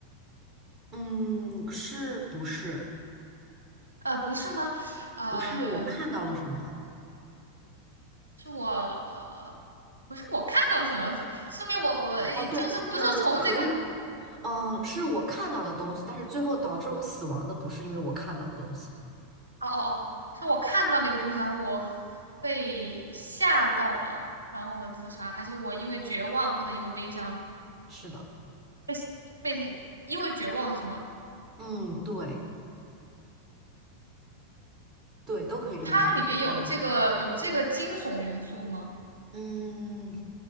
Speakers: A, on the right; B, on the right.
A: 嗯，是不是？
B: 呃，不是吗？呃，
A: 不是我看到了什么？
B: 是我，呃不是我看到了什么，是说明我我诶就是不是从这个，
A: 哦，对，嗯，可以。
B: 哦
A: 嗯，呃是我看到的东西，但是最后导致我死亡的不是因为我看到的东西。
B: 哦哦，是我看到了一个东西，然后我被吓到了，然后我自杀，还是我因为绝望或者因为悲伤
A: 是的，
B: 被被因为绝望是吗？
A: 嗯，对对，都可以这么说。
B: 它里面有这个有这个惊悚元素吗？
A: 嗯嗯，